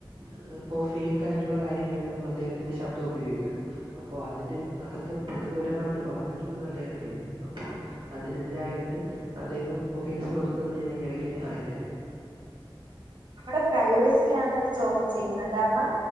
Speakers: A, on the right (about 70°); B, on the right (about 55°).
A: ഏഹ് പ്പോ ഫേക്ക് ആയിട്ടുള്ള കാര്യങ്ങളിലും അദ്ദേഹത്തിന്റെ ശബ്ദം ഉപയോഗിക്കുന്നു അപ്പൊ അതിന്റെ അതൊക്കെ പ്രതികൂലമായിട്ട് ബാധിക്കുന്നത് അദ്ദേഹത്തെയാണ് അപ്പൊ അതിനെതിരായിട്ട് അദ്ദേഹം പ്പൊ കേസ് കൊടുത്തെന്ന് ഞാൻ ഈ എടക്ക് അറിഞ്ഞായിരുന്നു
B: നമ്മടെ പ്രൈവസിയാണ് ചോദ്യം ചെയ്യുന്നത് കാരണം